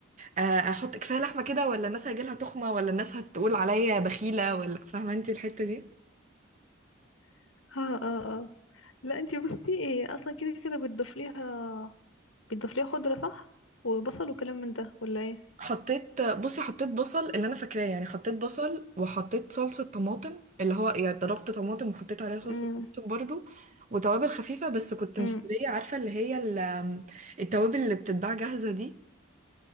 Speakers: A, on the right; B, on the left.
A: آه، احط كفاية لحمة كده ولا الناس هيجيلها تخمة ولا الناس هتقول عليا بخيلة ولا فاهمة انت الحتة دي
B: اه اه اه لا انتي بصي ايه اصلا كده كده بتضيف ليها بتضيف ليها خضرة صح وبصل وكلام من ده ولا ايه
A: حطيت بصي حطيت بصل اللي انا فاكراه يعني حطيت بصل وحطيت صلصة طماطم اللي هو يعني ضربت طماطم وحطيت عليها صلصة
B: امم
A: طماطم برضو وتوابل خفيفة بس كنت
B: امم
A: مشترية عارفة اللي هي ال- التوابل اللي بتتباع جاهزة دي